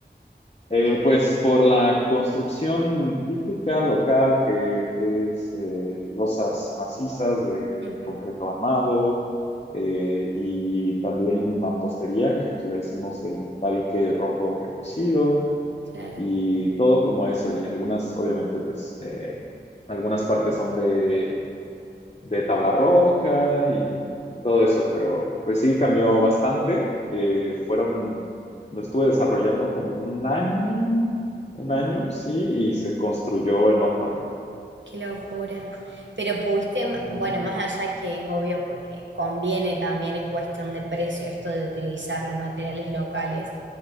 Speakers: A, on the left (about 35°); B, on the right (about 85°).
A: Eh, pues por la construcción típica local que es eh, losas macizas de
B: Ujú,
A: concreto armado eh, y también mampostería, que aquí le decimos el tabique rojo recocido
B: Claro.
A: y todo como eso y algunas obviamente pues eh, algunas partes son de de tabla roca y, y todo eso, pero pues sí cambió bastante. Eh, fueron, lo estuve desarrollando como un año, un año, sí, y se construyó en otro año.
B: Qué locura. Pero pudiste, ma-
A: Ujú,
B: bueno, más allá que es obvio porque conviene también en cuestión de precio esto de utilizar los materiales locales,